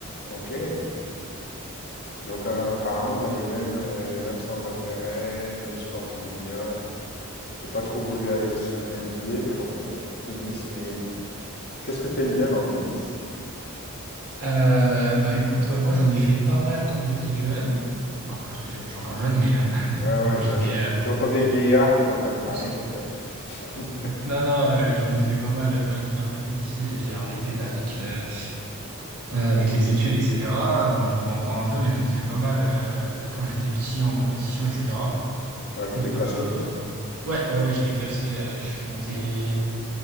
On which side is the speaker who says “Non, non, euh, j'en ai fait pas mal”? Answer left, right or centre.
Right